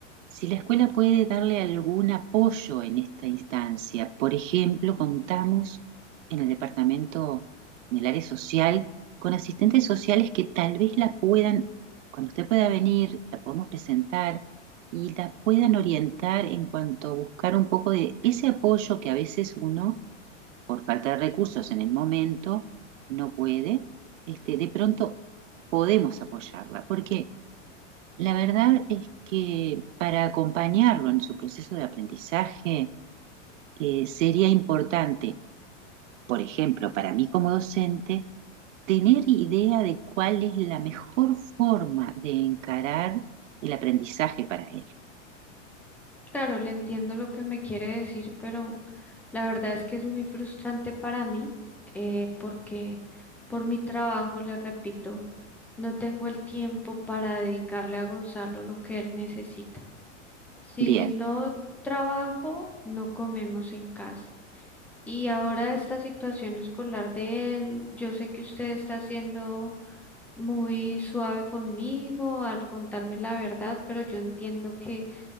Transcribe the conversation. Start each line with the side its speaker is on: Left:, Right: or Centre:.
Right: si la escuela puede darle algún apoyo en esta instancia. Por ejemplo, contamos en el departamento, en el área social, con asistentes sociales que tal vez la puedan, cuando usted pueda venir, la podemos presentar y la puedan orientar en cuanto a buscar un poco de ese apoyo que a veces uno por falta de recursos en el momento, no puede, este, de pronto podemos apoyarla, porque la verdad es que para acompañarlo en su proceso de aprendizaje eh, sería importante, por ejemplo, para mí como docente, tener idea de cuál es la mejor forma de encarar el aprendizaje para él.
Centre: Claro, le entiendo lo que me quiere decir, pero la verdad es que es muy frustrante para mí, eh, porque por mi trabajo, le repito, no tengo el tiempo para dedicarle a Gonzalo lo que él necesita. Si
Right: Bien.
Centre: no trabajo, no comemos en casa. Y ahora esta situación escolar de él, yo sé que usted está siendo muy suave conmigo al contarme la verdad, pero yo entiendo que